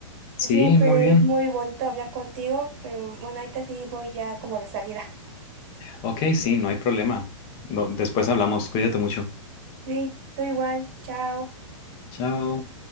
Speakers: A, on the left; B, on the right.
A: Sí,
B: Siempre
A: muy bien.
B: es muy bonito hablar contigo, pero bueno, ahorita sí voy ya como de salida.
A: Ok, sí, no hay problema. No- después hablamos, cuídate mucho.
B: Sí, tú igual. Chao.
A: Chao.